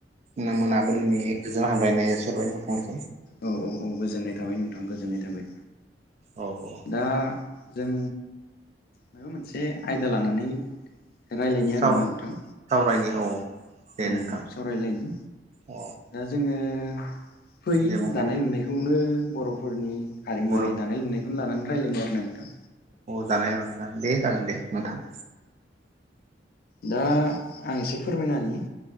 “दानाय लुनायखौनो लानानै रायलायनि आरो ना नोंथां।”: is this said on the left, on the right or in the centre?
Left